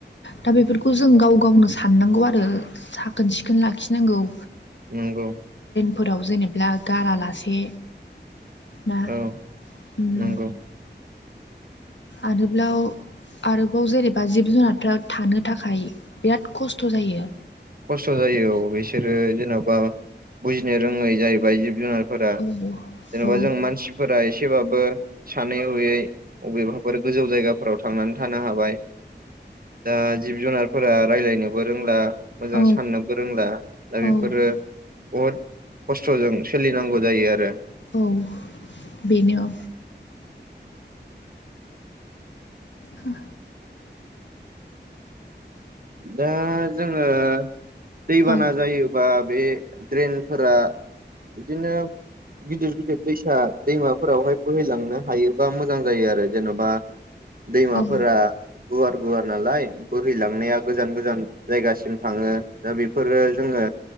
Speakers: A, on the left (about 80°); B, on the right (about 50°).
A: दा बेफोरखौ जों गाव गावनो साननांगौ आरो साखोन सिखोन लाखिनांगौ।
B: नंगौ।
A: फोराव जेनेबा गारालासे दा
B: औ
A: उम।
B: नंगौ
A: आरोब्लाव आरोबाव जेनेबा जिब जुनारफ्रा थानो थाखाय बिराद खस्थ' जायो।
B: खस्थ' जायो औ बिसोरो जेन'बा बुजिनो रोङै जाहैबाय जिब जुनार फोरा
A: औ
B: जेन'बा
A: औ
B: जों मानसिफोरा एसेबाबो सानै हयै अबेबाफोर गोजौ जायगाफोराव थांनानै थानो हाबाय। दा जिब जुनारफोरा रायलायनोबो रोंला। मोजां
A: औ
B: साननोबो रोंला दा
A: औ
B: बेफोरो बहुद खस्थ'जों सोलिनांगौ जायो आरो।
A: औ बेनेय। हो
B: दा जोङो दैबाना
A: औ
B: जायोबा बे ड्रेनफोरा बिदिनो गिदिर गिदिर दैसा दैमाफोरावहाय बोहैलांनो हायोबा मोजां जायो आरो जेन'बा दैमाफोरा
A: औ
B: गुवार-गुवार नालाय बोहैलांनाया गोजान-गोजान जायगासिम थाङो दा बेफोरो जोङो